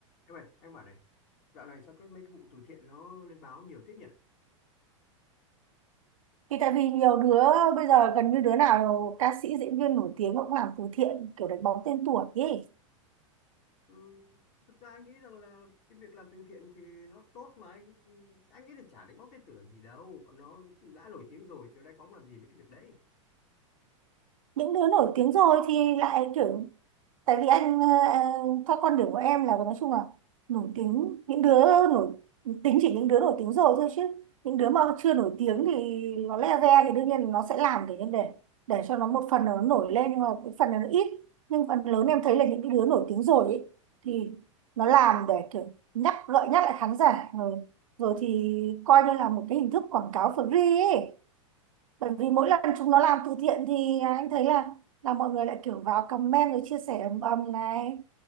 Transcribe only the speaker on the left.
Em ơi, anh bảo này, dạo này sao cái mấy cái vụ từ thiện nó lên báo nhiều thế nhỉ?
Ừ, thực ra anh nghĩ rằng là cái việc làm từ thiện thì nó tốt mà anh ừ, anh nghĩ là chả đánh bóng tên tuổi làm gì đâu, nó đã nổi tiếng rồi chứ đánh bóng làm gì mấy cái việc đấy.